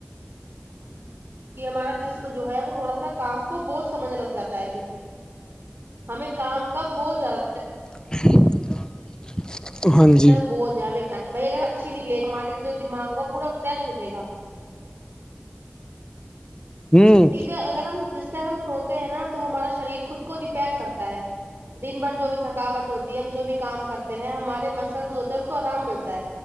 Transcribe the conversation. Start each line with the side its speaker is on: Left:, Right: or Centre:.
Right: <unintelligible> کہ ہمارا جسم جو ہے وہ تھوڑا سا کام کو بہت سمجھ لگ جاتا ہے پھر ہمیں کام کاب بہت زیادہ
Left: <inaudible> ہاں جی
Right: بوج ہے بھائی اگر اچھی نہیں لےی ہماری جو دماغ ہو وہ پورا فریش اٹے گا
Left: ہوں
Right: دیکے اگر ہم جس ٹائم ہم سوتے ہیں نا تو ہمارا شریر خود کو ریپیئر کرتا ہے دن بھر جو بھی تھکاوٹ ہوتی ہے ہم جو بھی کام کرتے ہیں ہمارے مسلز مسلز کو آرام ملتا ہے